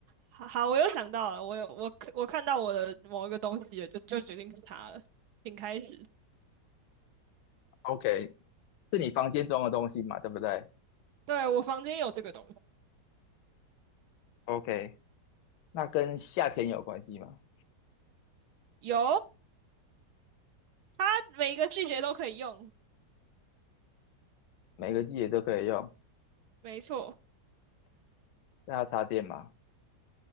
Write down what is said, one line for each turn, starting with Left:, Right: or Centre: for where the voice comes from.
Right: 好，好我又想到了，我有我我看到我的某一个东西了，就就决定是它了。请开始。
Left: OK，是你房间装的东西嘛？对不对
Right: 对，我房间有这个东西，
Left: ？OK，那跟夏天有关系吗？
Right: 有，它每一个季节都可以用，
Left: 每个季节都可以用。
Right: 没错。
Left: 那要插电嘛？